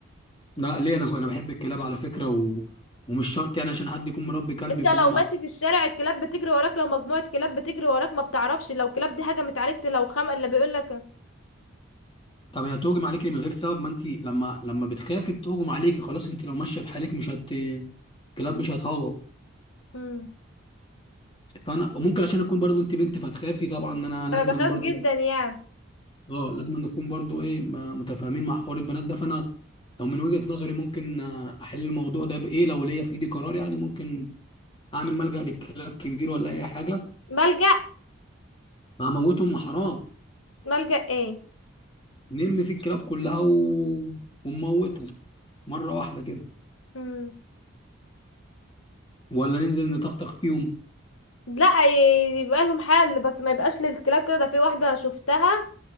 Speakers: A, on the left; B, on the left.
A: لا ليه انا انا بحب الكلاب على فكره و... ومش شرط يعني عشان حد يكون مربي كلب
B: انت
A: يكون
B: لو ماشي في الشارع الكلاب بتجري وراك لو مجموعة كلاب بتجري وراك ما بتعرفش لو كلاب دي هجمت عليك ت- لو خم اللي بيقول لك
A: طب هي تهجم عليكي من غير سبب ما انت لما لما بتخافي تهجم عليكي خلاص انت لو ماشيه في حالك مش هت كلاب مش هتهوى
B: امم
A: فانا وممكن عشان اكون برضو انت بنت فتخافي طبعا ان انا لازما
B: انا بخاف
A: برضو
B: جدا يعني
A: اه لازما نكون برضو ايه ما- متفاهمين مع حوار البنات ده فانا لو من وجهة نظري ممكن آه، احل الموضوع ده بايه لو ليا في ايدي قرار يعني ممكن اعمل ملجأ للكلاب كبير ولا اي حاجه
B: ملجأ
A: ما هموتهم ما حرام
B: ملجأ ايه
A: نرمي فيه الكلاب كلها و... ونموتهم مره واحده كده
B: امم
A: ولا ننزل نطخطخ فيهم
B: لا ي- يبقى لهم حل بس ما يبقاش للكلاب كده ده في واحدة شفتها